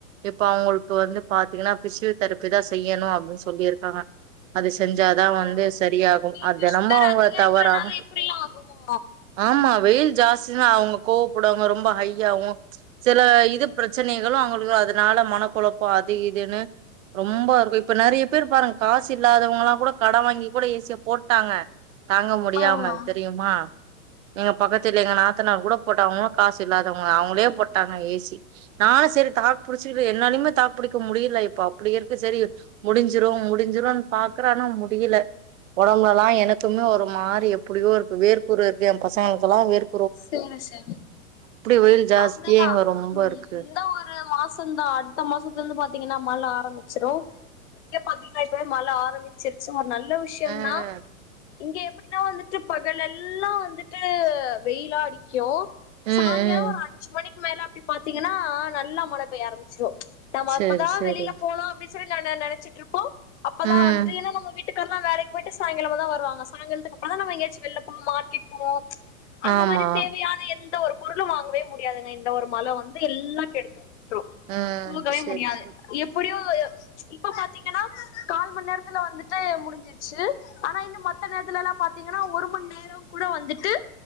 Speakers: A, on the right (about 60°); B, on the left (about 50°).
A: இப் ப்ப அவங்களுக்கு வந்து பாத்தீங்கனா பிசியோதெரபி தா செய்யணு அப்டினு சொல்லிருக்காங்க அது செ செஞ்சாதா
B: ஆ
A: வந்து சரியாகு
B: பி
A: அது
B: பி
A: தினமு
B: சுகர் அதிகரிக்கிறனால
A: தவறாம
B: இப்படிலா ஆகுமா
A: ஆமா வெயில் ஜாஸ்தி னா அவங்க கோவப்படுவங்க ரொம்ப ஹை யாவு சில இது பிரச்சனைகளு அவங்களுக் அதனால மனக்குழப்ப அது இதுன்னு ரொம்ப இப்ப நெறைய பேர் பாருங்க காசு இல்லாதவங்களா கூட கட வாங்கி கூட ஏசி ய போட்டாங்க தாங்க முடியாம
B: ஆ
A: தெரியுமா எங்க பக்கத்துல எங்க நாத்தனார் கூட போட்டாங்க அவங்ளு காசு சு இல்லாதவங்க அவங்களே போட்டாங்க ஏசி நானு சேரி தாக்கு புடிச்சி என்னாலயுமே தாக்கு புடிக்க முடியல இப்ப அப்டி இருக்கு சேரி முடிஞ்சிரு முடிஞ்சிரும்ன்னு பாக்குற ஆனா முடியல ஒடம்புல லா எனக்குமே ஒரு மாரி எப்டியோ இருக்கு வேர்குரு இருக்கு எ பசங்களுக்கெல்லா வேர்
B: சேரி சேரி
A: வெயில் ஜாஸ்தியே
B: அவ்ளதா
A: இங்க ரொம்ப
B: ம்
A: இருக்கு
B: இந்த ஒரு மாசந்தா அடுத்த மாசத்துல இருந்து பாத்தீங்கன்னா மழ ஆரம்பிச்சிரு இங்க பாத்தீங்கன்னா இப்ப மழை ஆரம்பிச்சிருச்சு ஒரு நல்ல விஷயந்தா
A: ம்
B: இங்க எ அப்படின்னா வந்துட்டு பகலெல்லா வந்துட்டு வெயிலா அடிக்கு
A: ம்
B: சாங்கால
A: ம்
B: ஒரு அஞ்சு மணிக்கு மேல அப்டி பாத்தீங்கன்னா நல்லா மழை பெய்ய ஆரம்பிச்சுரு நம்ம
A: சரி
B: அப்பதா
A: சரி
B: வெளில போலா அப்டின் ந ந நனச்சிட்டு இருப்போ அப்பதா
A: ம்
B: வந்துட்டு ஏன்னா நம்ம வீட்டுக் அக்கல்லா வேலைக் போய்ட்டு சாயங்காலமா தா வருவாங்க சாயங்காலத்துக்கு அப்புறந்தா நாம எங்கயாச்சு வெளில போவோ மார்க்கெட் போவோ அந்த
A: ஆமா
B: மாரி தேவையான எந்த ஒரு பொருளு வாங்கவே முடியாதுங்க இந்த ஒரு மழ வந்து எல்லா கெடுத்துரு
A: ம்
B: போகவே
A: செரி
B: முடியாது
A: செரி
B: எப்படியு இப்ப பாத்தீங்கன்னா கால் மண் நேரத்துல வந்துட்டு முடிஞ்சிருச்சு ஆனா இன்னு மத்த நேரத்துலலா பாத்தீங்கன்னா ஒரு மண் நேர கூட வந்துட்டு